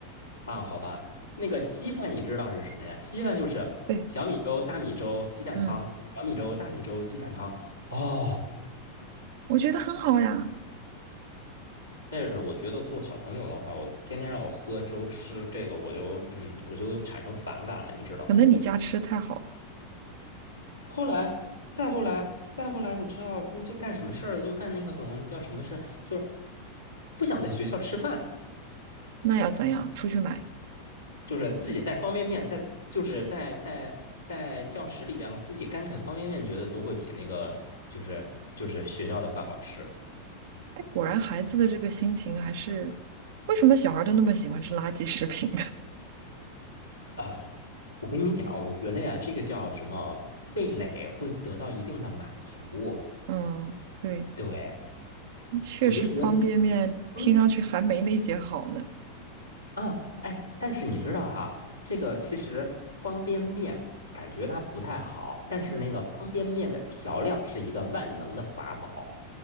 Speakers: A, on the left; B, on the right.
A: 啊，好吧，那个稀饭你知道是什么呀？稀饭就是小米粥、
B: 对，
A: 大米粥、鸡蛋汤，
B: 嗯，
A: 小米粥、大米粥、鸡蛋汤。哦，
B: 我觉得很好呀，
A: 但是我觉得做小朋友的话，我天天让我喝粥吃这个，我就嗯，我就产生反感了，你知道吧？
B: 可能你家吃的太好了，
A: 后来，再后来，再后来，你知道，嗯就干什么事儿了？就干那个什么叫什么事儿？就是不想在学校吃饭。
B: 那要怎样？出去买。
A: 就是自己带方便面在，就是在在在教室里边自己干啃方便面，觉得都会比那个就是就是学校的饭好吃
B: 果然，孩子的这个心情还是，为什么小孩都那么喜欢吃垃圾食品？
A: 啊。我跟你讲，我觉得呀，这个叫什么味蕾会得到一定的满足。
B: <laughs> 嗯，对。
A: 对，
B: 确实方便面听上去还没那些好呢。
A: 我就觉得，嗯啊，哎，但是你知道哈，这个其实方便面感觉它不太好，但是那个方便面的调料是一个万能的法宝。
B: 嗯